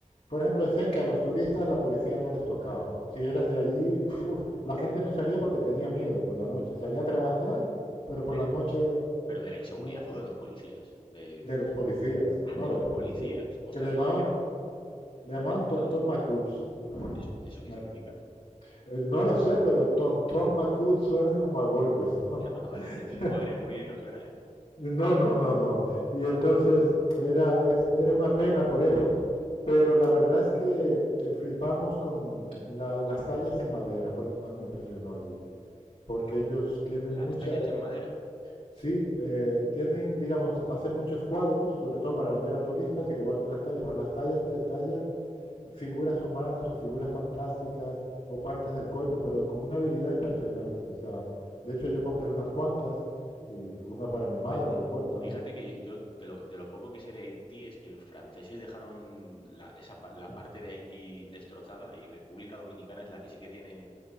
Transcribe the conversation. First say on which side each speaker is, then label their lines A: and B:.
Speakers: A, on the left (about 60°); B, on the left (about 40°).
A: por ejemplo, decían que a los turistas la policía no les tocaba. Si eras de allí, uf, la gente no salía porque tenía miedo por la noche. Salía a trabajar, pero por
B: Pero,
A: la noche
B: pero de la inseguridad
A: no,
B: o de los policías? De,
A: de los policías,
B: ah,
A: no
B: de
A: de
B: los
A: los
B: policías.
A: policías,
B: Ostras,
A: que le llamaban,
B: o sea, que era,
A: le
B: era
A: llamaban
B: un estado...
A: Tontón
B: su-
A: Macuts.
B: ¿Eso, eso qué
A: Me
B: significa?
A: Eh, No lo sé, pero Tom Tom McCood suena como a golpes, ¿no?
B: <laughs> Ah, vale.
A: <laughs>
B: sí. Mu- A ver, muy bien no suena, ¿eh?
A: No, no, no, no. Y entonces era, es- era una pena por eso, pero la verdad es que eh, flipamos con la- las tallas en madera, fue lo que más me impresionó allí, porque
B: Ah,
A: ellos tienen
B: las
A: mucha,
B: tallas en madera.
A: Sí, eh, tienen, digamos, hacen muchos cuadros, sobre todo para vender a turistas, al igual que las tallas, pero las tallas te detallan figuras humanas o figuras fantásticas o partes del cuerpo, pero con una habilidad impresionante. O sea, de hecho yo compré
B: Claro.
A: unas cuantas y una para mi madre,
B: Oye, eh,
A: me acuerdo también.
B: fíjate que yo, yo de lo, de lo poco que sé de Haití es que los franceses dejaron la, esa, pa- la parte de Haití destrozada y República Dominicana es la que sí que tiene